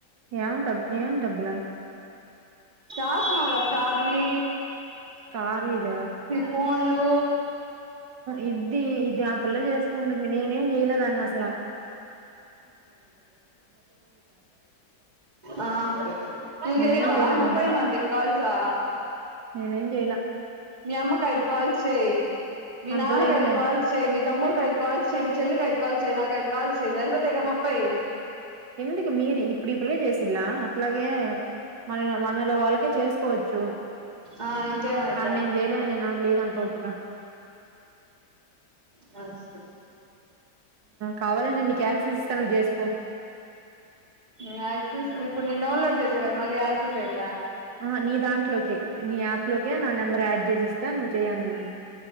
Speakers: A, on the right (about 85°); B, on the right (about 25°).
A: ఏవంటాం ఏవం డబ్బులా
B: చాస్ నవ్ సారీ
A: కార్యాద
B: ఫోన్లు
A: ఇది ఇది ఆ పిల్ల చేసుకుంటుంది, నేనేం చేయలేదాన్నసల
B: ఆ నువ్
A: నేనేం
B: జైవా
A: చేయలేదాన్ని
B: ముప్పై మందికి కాల్సా
A: నేనేం జేయలా.
B: మీ అమ్మకు ఐదు కాల్సే మీ
A: అంత
B: నాన్నకు
A: లేదులే
B: ఐదు కాల్ చేయ్ మీ తమ్ముడికి ఐదు కాల్స్ చేయ్ మీ చెల్లికి అదు కాల్ చేయ్ నాకు అయిదు కాల్ చేయ్ సరిపోతాయి కదా ముప్పై
A: ఎందుకు మీరి ఇప్పుడు ఇప్పుడే చేసింలా అట్లాగే మన మనలో వాళ్ళకే చేసుకోవచ్చు
B: ఆ ఇంకేమైతాయి
A: కానీ నేను చేయలేను లే లేదంత ఓపక
B: నమస్తే
A: కావాలండి నీకు యాక్సెస్ ఇస్తా నువ్వు చేసుకో
B: యాక్సెస్ ఇప్పుడు నేను డౌన్లోడ్ చేసా కదా మళ్ళీ యాక్సెస్ ఏందా
A: ఆ నీ దాంట్లోకే నీ యాప్ లోకే నా నెంబర్ యాడ్ చేసిస్తా నువ్వు చేయండ్నా